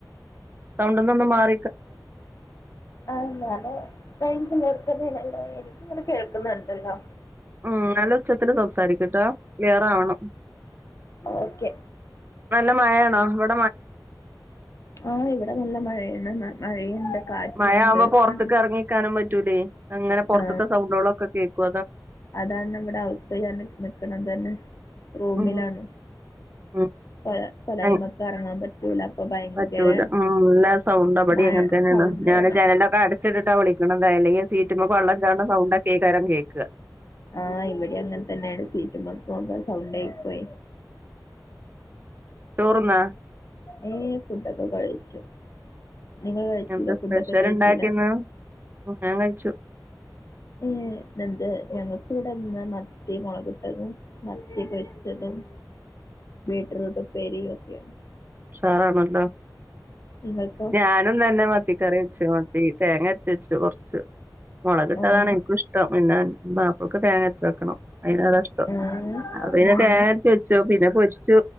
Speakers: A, on the right; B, on the left.
A: തൗണ്ട്ന്ന ന്ന് മാറി
B: ആ എന്നാലെ റെയ് ല്ലോ എനിക്ക് ഇങ്ങനെ കേക്കുന്നുണ്ടല്ലോ.
A: ഉം നല്ലച്ചത്തിൽ സം സംസാരിക്കട്ട ക്ലിയർ ആവണം
B: ഓക്കെ
A: നല്ല മഴയണോ ഇവി
B: ആ ഇവിടെ നല്ല മഴയാണ് മഴയുണ്ട്. കാറ്റുണ്ട്
A: മഴ ആവുമ്പോൾ പുറത്തേക്ക്
B: ഉം.
A: ഇറങ്ങിക്കാനും പറ്റൂലേ അങ്ങനെ പുറത്തത്തെ
B: ആ
A: സൗണ്ടുകളൊക്കെ കേൾക്കു
B: അതാണ് നമ്മടെ ഔത്താണ് നിക്കണ തന്നെ റൂമിലാണ്.
A: ഉം ഉം
B: പ കോലായ്മക്ക്റങ്ങാൻ
A: അങ്ങ്
B: പറ്റൂല. അപ്പൊ ഭയങ്കര
A: പറ്റൂല ഉം നല്ല സൗണ്ട് അവടയു
B: മഴ
A: അങ്ങിനെ തന്നെയാണ്
B: സൗണ്ടാണ്
A: ഞാൻ ജനലൊക്കെ അടച്ചിട്ടിട്ടാ വിളിക്കണത്. അലെങ്ക സീറ്റുമ വള്ളചടുന്ന സൗണ്ട കേക്കാരം കേക്ക
B: ആ ഇവിടെ അങ്ങനെ തന്നെയാണ് സീറ്റ് മക്കക് സൗണ്ട് ആയി പോയി
A: ചോറുന്നാ
B: ഏ ഫുഡൊക്കെ കഴിച്ചു. നിങ്ങള് കഴിച്ചല
A: എന്താ സ്പെഷ്യൽ
B: ഫുഡ് ഒക്കെ കഴിച്ചല
A: ഉണ്ടാക്കിന്ന് ഞാൻ കഴിച്ചു
B: ഏ എന്ത് ഞങ്ങക്കിവിടെന്ന് മത്തി മുളകിട്ടതും, മത്തി പൊരിച്ചതും. ബീട്ട്റുട്ടുംപെരിയും ഒക്കെയാണ്.
A: സാറാണല്ലോ
B: നിങ്ങൾക്കോ
A: ഞാനും തന്നെ മത്തിക്കറി വച്ച് തേങ്ങ അരച്ച വെച്ച് കൊറച്ച്. മുളകിട്ടതാണ്
B: ആഹ്
A: എനിക്കു ഇഷ്ടം പിന്നെ വാപ്പ അവർക്ക് തേങ്ങ അരച്ച വെക്കണം അതിനോടാഷ്ടം.
B: ആഹ്
A: അത് പിന്നെട്ട
B: ആഹ്
A: തേങ്ങരച്ച വെച്ചു. പിന്നെ പൊരിച്ചു.